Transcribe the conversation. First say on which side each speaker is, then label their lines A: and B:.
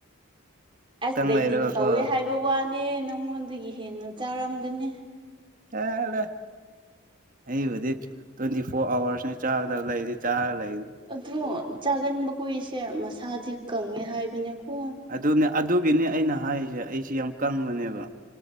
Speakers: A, on the right; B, on the right.
A: ꯑꯁ ꯇꯥꯏ
B: ꯂꯩꯔꯒꯀꯣ
A: ꯇꯤꯡ ꯇꯧꯋꯦ ꯍꯥꯏꯕ ꯋꯥꯅꯦ ꯅꯪꯉꯣꯟꯗꯒꯤ ꯍꯦꯟꯅ ꯆꯥꯔꯝꯒꯅꯤ
B: ꯄꯦꯜꯂꯦ ꯑꯩꯕꯨꯗꯤ ꯇ꯭ꯋꯦꯟꯇꯤ ꯐꯣꯔ ꯑꯋꯥꯔꯁꯅꯦ ꯆꯥꯒꯗꯕ ꯂꯩꯔꯗꯤ ꯆꯥ ꯂꯩ
A: ꯑꯗꯣ ꯆꯥꯒꯟꯕ ꯀꯣꯏꯏꯁꯦ ꯃꯁꯥꯗꯤ ꯀꯪꯉꯦ ꯍꯥꯏꯕꯅꯦꯀꯣ
B: ꯑꯗꯨꯅꯦ ꯑꯗꯨꯒꯤꯅꯤ ꯑꯩꯅ ꯍꯥꯏꯔꯤꯁꯦ ꯑꯩꯁꯦ ꯌꯥꯝ ꯀꯪꯕꯅꯦꯕ